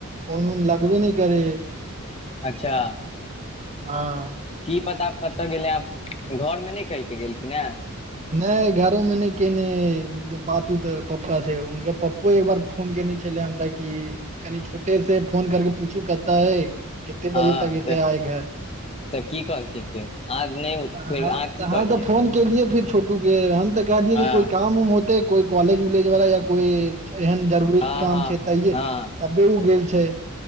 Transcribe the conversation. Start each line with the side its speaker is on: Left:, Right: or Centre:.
Right: फोन उन लगबे नहि करे
Left: अच्छा
Right: हां
Left: की पता आब कतऽ गेलै आब घर मे नहि कहि के गेलखिन ए
Right: नहि घरो मे नहि केने बात उत पप्पा से उनके पप्पा को एक बार फोन केने छले हमरा कि कनि छोटे से फोन करके पूछू कतऽ हय केते
Left: हँ
Right: बजे तक एते
Left: तऽ
Right: आय घर
Left: तऽ की कहलकै फेर आ नहि
Right: हम
Left: फेर अहाँ की
Right: तऽ हम
Left: कहलियै
Right: तऽ फोन केलियै फिर छोटू के हम तऽ कहलियै
Left: हँ
Right: कि कोइ काम उम होतै कोइ कॉलेज उलेज वाला या कोइ एहन जरूरी
Left: हँ
Right: काम
Left: हँ
Right: छै तैये
Left: हँ
Right: तबे ओ गेल छै